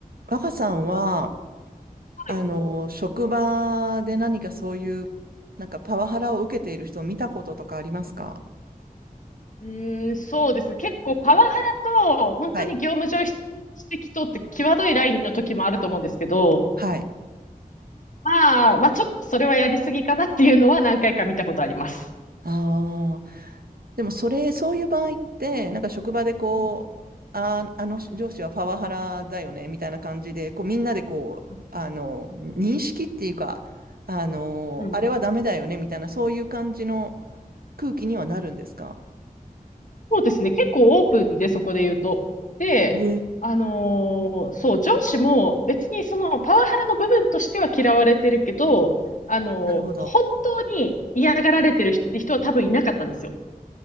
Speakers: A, on the right (about 75°); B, on the left (about 55°).
A: 若さんは、
B: はい。
A: あの、職場で何かそういう、なんかパワハラを受けている人を見たこととかありますか
B: うーん、そうですね。結構パワハラと、本当に業務上必要指摘とって際どいラインの時もあると思うんですけど、
A: はい。はい。
B: まあ、まあちょっとそれはやりすぎかなっていうのは何回か見たことあります。
A: ああ。でも、それ、そういう場合って、なんか職場でこう、
B: うん
A: あー、あの上司はパワハラだよね、みたいな感じで、こう、みんなでこう、
B: う
A: あの、認識っていうか、あの、
B: んうん。
A: あれはダメだよね、みたいな、そういう感じの空気にはなるんですか
B: そうですね。結構オープンで、そこで言うと。で、
A: ね。
B: あのーそう、上司も別にそのパワハラの部分としては嫌われてるけど、あのー本当に嫌がられてるって人は多分いなかったんですよ。
A: なるほど。